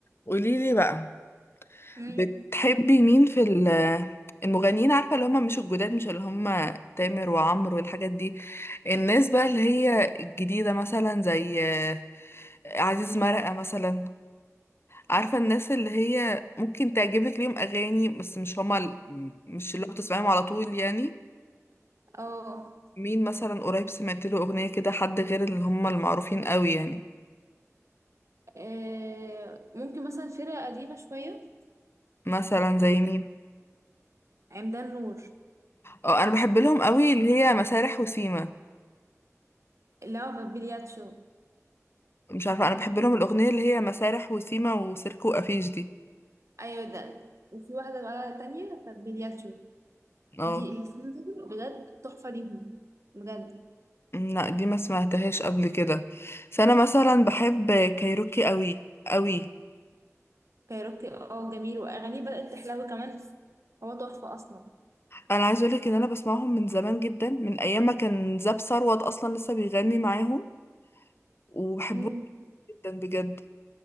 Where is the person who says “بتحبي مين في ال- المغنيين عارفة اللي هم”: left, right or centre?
Left